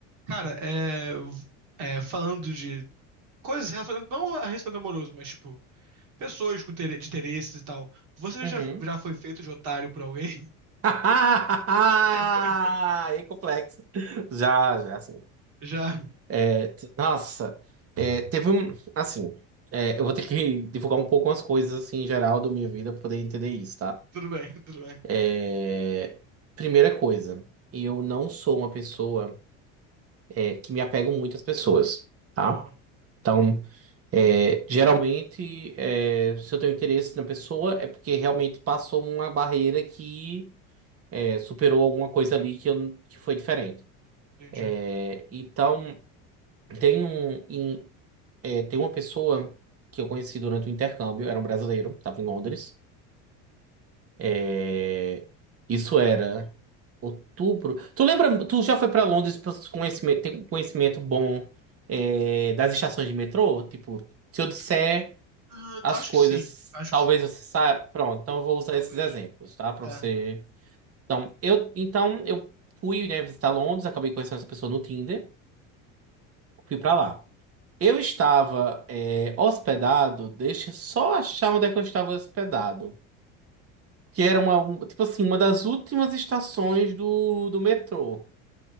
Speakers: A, on the right; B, on the right.
A: Cara, é, é, falando de coisas relacionadas, não a relacionamento amoroso, mas tipo, pessoas com intere- de interesses e tal. Você
B: Uhum.
A: já, já foi feito de otário por alguém?
B: <laughs>
A: <laughs>
B: E complexo. Já, já, assim.
A: Já?
B: É, t- nossa, é, teve um. Assim, é, eu vou ter que divulgar um pouco umas coisas, assim, em geral da minha vida pra poder entender isso, tá?
A: Tudo bem, tudo bem.
B: É, primeira coisa, eu não sou uma pessoa, é, que me apego muito às pessoas, tá?
A: Aham,
B: Então, é, geralmente, é, se eu tenho interesse na pessoa, é porque realmente passou uma barreira que. é, superou alguma coisa ali que, eu, que foi diferente.
A: entendi.
B: É, então, tem um, em- é, tem uma pessoa que eu conheci durante o intercâmbio, era um brasileiro, estava em Londres. É, isso era outubro. Tu lembra, tu já foi para Londres pra conhecimento, tem conhecimento bom é, das estações de metrô? Tipo, se eu disser
A: Ah,
B: as
A: acho
B: coisas,
A: que sim, acho
B: talvez
A: que sim.
B: você saiba. Pronto, então
A: Sim,
B: eu vou usar
A: talvez.
B: esses exemplos, tá? Para
A: É,
B: você. Então, eu, então, eu fui, né, visitar Londres, acabei conhecendo essa pessoa no Tinder. Fui pra lá. Eu estava é, hospedado, deixa eu só achar onde é que eu estava hospedado. Que era uma, um- tipo assim, uma das últimas estações do, do metrô.